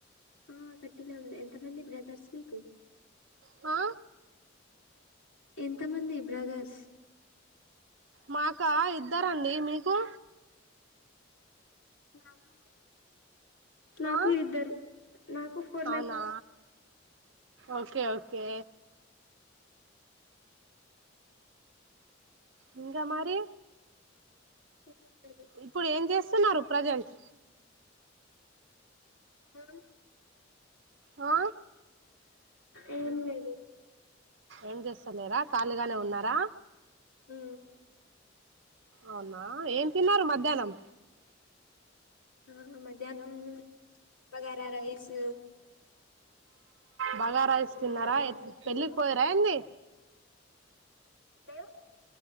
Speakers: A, on the left; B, on the right.
A: ఆ కట్టినాం ఎంతమంది బ్రదర్స్ మీకు
B: ఆ
A: ఎంత మంది బ్రదర్స్
B: మాకా ఇద్దరండి మీకు
A: నాకు నాకు
B: ఆ
A: ఇద్దరు నాకు ఫోర్
B: అవునా
A: మెంబర్స్
B: ఓకే ఓకే ఇంగ మరి
A: ఏం లేదు
B: ఇప్పుడు ఏం చేస్ స్తున్నారు ప్రెజెంట్
A: హ
B: ఆ
A: ఏం లేదు
B: ఏం చేస్తలేరా ఖాళీగానే ఉన్నారా
A: హు
B: అవునా ఎం తిన్నారు మధ్యాహ్ననం
A: ఆ మధ్యాహ్నం బగారా రైస్
B: బగార రైస్
A: ఇంకా
B: తిన్నారా పెళ్ళికి పోయరాా ఏంది
A: ఆ